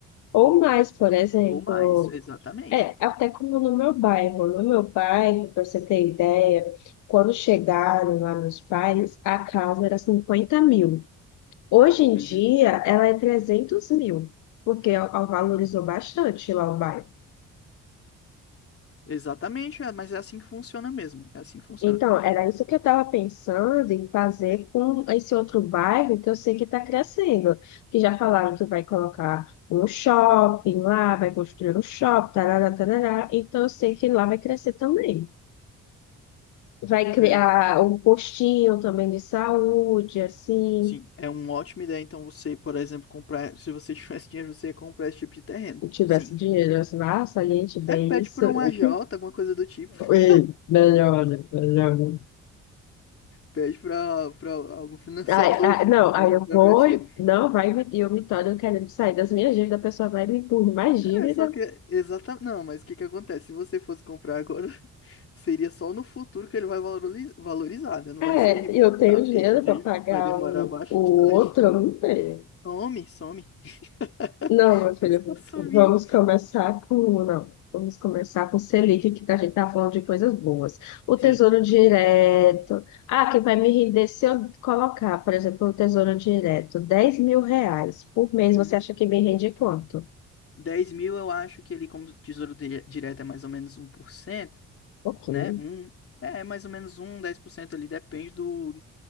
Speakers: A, on the left (about 75°); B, on the left (about 50°).
A: Ou mais, por exemplo,
B: ou mais, exatamente.
A: É, até como no meu bairro. No meu bairro, para você ter ideia, quando chegaram lá meus pais, a casa era 50 mil. Hoje em
B: Uhum.
A: dia, ela é 300 mil, porque ó, ó, valorizou bastante lá o bairro.
B: Exatamente, é, mas é assim que funciona mesmo. É assim que funciona.
A: Então, era isso que eu estava pensando em fazer com esse outro bairro que eu sei que está crescendo. Que já falaram que vai colocar um shopping lá, vai construir um shopping, tarará, tarará. Então, eu sei que lá vai crescer também. Vai criar
B: É,
A: um postinho também de saúde, assim.
B: Sim, é uma ótima ideia. Então, você, por exemplo, comprar. <laughs> Se você tivesse dinheiro, você ia comprar esse tipo de terreno.
A: Se tivesse
B: Sim.
A: dinheiro, assim, ah, saliente bem
B: É, pede
A: isso.
B: para um
A: <laughs>
B: agiota, alguma coisa do tipo. <laughs>
A: E Melhora, melhora.
B: Pede para para algum financiador
A: Ai, ai, não,
B: <laughs> para
A: aí
B: comprar
A: eu vou,
B: para ti.
A: e- não, vai me, e eu me torno querendo sair das minhas dívidas, a pessoa vai me impor mais
B: É,
A: dívida.
B: só que. Exatamente. Não, mas o que que acontece? Se você fosse comprar agora, <laughs> seria só no futuro que ele vai valoriz- valorizar, né? Não
A: É,
B: vai ser imediatamente,
A: eu tenho dinheiro
B: entende?
A: para pagar
B: Vai demorar
A: o,
B: bastante.
A: o outro, eu não tenho.
B: Some, some. <laughs>
A: Não, meu filho,
B: É só sumir.
A: vamos começar com. Não, vamos começar com Selic, que a gente tá falando de coisas boas. O
B: Sim.
A: Tesouro Direto. Ah, que vai me render se eu colocar, por exemplo, o Tesouro Direto, 10 mil reais por mês.
B: Uhum.
A: Você acha que me rende quanto? Um
B: dez mil eu acho que ele, como tesouro dire- direto é mais ou menos um por cento
A: Pouquinho.
B: né? Um, é, é mais ou menos um 10% ali, depende do,